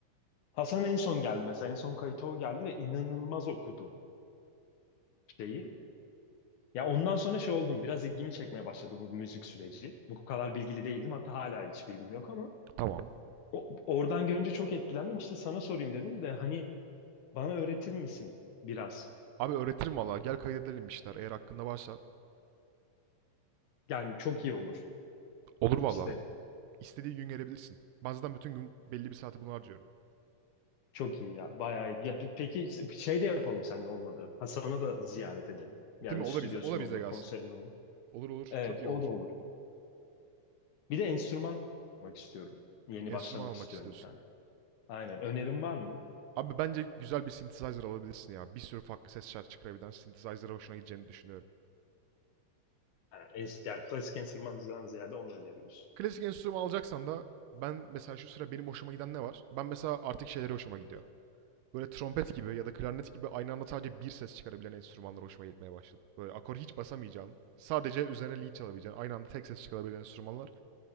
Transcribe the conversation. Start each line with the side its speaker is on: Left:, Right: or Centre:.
Left: Hasan en son geldi mesela. En son kayıta o geldi ve inanılmaz okudu şeyi. Ya ondan sonra şey oldum. Biraz ilgimi çekmeye başladı bu müzik süreci. Bu kadar bilgili değildim. Hatta hala hiç bilgim yok ama
Right: Tamam.
Left: o- oradan görünce çok etkilendim. İşte sana sorayım dedim de hani bana öğretir misin biraz?
Right: Abi öğretirim valla. Gel kaydedelim işler. Eğer hakkında varsa.
Left: Yani çok iyi olur.
Right: Olur
Left: Çok
Right: valla.
Left: isterim.
Right: İstediği gün gelebilirsin. Ben zaten bütün gün belli bir saati buna harcıyorum.
Left: Çok iyi ya. Bayağı iyi. Ya, pe- peki şey de yapalım senin olmadı. Hasan'a da ziyaret edelim. Yani
Right: Değil mi? O
Left: stüdyosu
Right: da bize, o da
Left: ne
Right: bize
Left: olur,
Right: gelsin.
Left: konseri ne olur.
Right: Olur olur.
Left: Evet,
Right: Çok iyi
Left: o
Right: olur.
Left: da olur. Bir de enstrüman almak istiyorum. Yeni
Right: Enstrüman
Left: başlamak
Right: almak
Left: istiyorum
Right: istiyorsun.
Left: bir tane. Aynen. Önerin var mı?
Right: Abi bence güzel bir synthesizer alabilirsin ya. Bir sürü farklı ses şarkı çıkarabilen synthesizer'a hoşuna gideceğini düşünüyorum.
Left: Ha, ens- yani klasik enstrümandan ziyade onu öneriyoruz.
Right: Klasik enstrüman alacaksan da ben mesela şu sıra benim hoşuma giden ne var? Ben mesela artık şeyleri hoşuma gidiyor. böyle trompet gibi ya da klarnet gibi aynı anda sadece bir ses çıkarabilen enstrümanlar hoşuma gitmeye başladı. Böyle akor hiç basamayacağın, sadece üzerine lead çalabileceğin, aynı anda tek ses çıkarabilen enstrümanlar